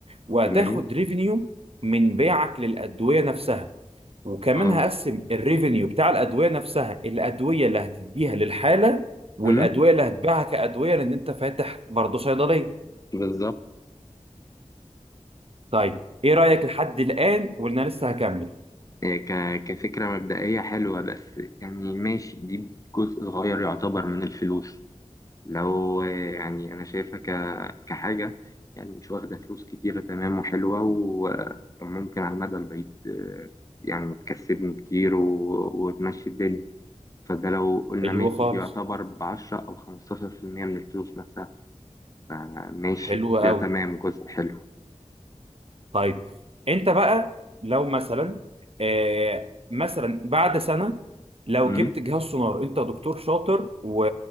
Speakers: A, on the right; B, on the left.
A: وهتاخد
B: تمام
A: ريفينيو من بيعك للأدوية نفسها وكمان
B: اه
A: هقسم الريفينيو بتاع الأدوية نفسها الأدوية اللي هتديها للحالة والأدوية
B: أمم،
A: اللي هتبيعها كأدوية لأن أنت فاتح برضه صيدلية
B: بالظبط
A: طيب إيه رأيك لحد الآن وإن أنا لسه هكمل
B: هي ك... كفكرة مبدئية حلوة بس يعني ماشي دي جزء صغير يعتبر من الفلوس لو يعني أنا شايفها ك... كحاجة يعني مش واخدة فلوس كتيرة تمام وحلوة و- وممكن على المدى البعيد آه، يعني تكسبني كتير و... وتمشي الدنيا فده لو قلنا
A: حلو
B: ماشي
A: خالص
B: دي يعتبر بعشرة أو خمستاشر في المية من الفلوس نفسها فماشي
A: حلو
B: ده
A: قوي
B: تمام جزء حلو
A: طيب انت بقى لو مثلا آه مثلا بعد سنه لو
B: مم.
A: جبت جهاز سونار انت دكتور شاطر و...